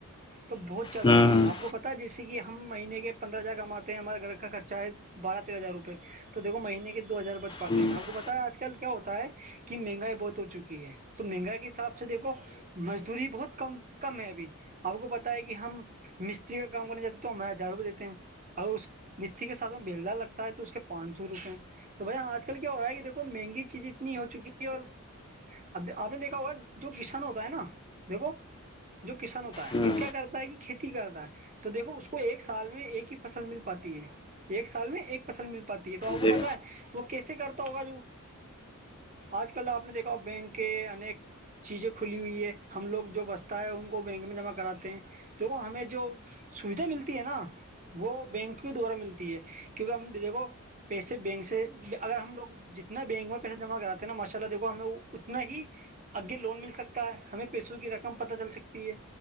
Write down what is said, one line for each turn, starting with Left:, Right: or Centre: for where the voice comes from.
Right: تو بہت زیادہ
Left: ہوں
Right: ہوتا ہے آپ کو پتا ہے جیسے کہ ہم مہینے کے پندر ہزار کماتے ہیں ہمارا گھر کا خرچہ ہے بارہ تیرہ ہزار روپئے تو دیکو مہینے کے ہزار بچ پاتے
Left: جی
Right: ہیں آپ کو پتا آج کل کیا ہوتا ہے کہ مہنگائی بہت ہو چکی ہے تو مہنگائی کے حساب سے سے دیکھو مزدوری بہت کم کم ہے ابھی آپ کو پتا ہے کہ ہم مستری کا کام کرنے جاتے ہمیں ہزار روپئے دیتے ہیں اگر اس مستھی کے سھ میں بیلدا لگتا ہے تو اس کے پانچ سو روپئے تو بھ آج کل کیا ہوا ہے کہ دیکو مہنگی چیزیں اتنی ہو چکی ہے اور اب آپ نے دیکھا ہوگا جو کسن ہوتا ہے نا دیکھو جو کسان ہوتا ہے
Left: ہوں
Right: وہ کیا کرتا ہے کہ کھیتی کرتا ہے تو دیکھو اس کو ایک سال میں ایک ہی فصل مل پاتی ہے ایک سال میں ایک فصل مل پاتی ہے تو آپ کو
Left: جی
Right: پتا ہے وہ کیسے کرتا ہوگا جو آج کل آپ نے دیکھا بینک کے انیک چیزیں کھلی ہوئی ہے ہم لوگ جو بستا ہے ان کو بینک میں جمع کراتے ہیں تو وہ ہمیں جو سویدھا ملتی ہے نا وہ بینک کے دوارا ملتی ہے کیونکہ ہم دیکھو پیسے بینک سے اگر ہم لوگ جتنا بینک میں پیسہ جمع کراتے ہیں نا مسالہ دیکھو ہمیں اتنا ہی اگے لون مل سکتا ہے ہمیں پیسوں کی رقم پتہ چل سکتی ہے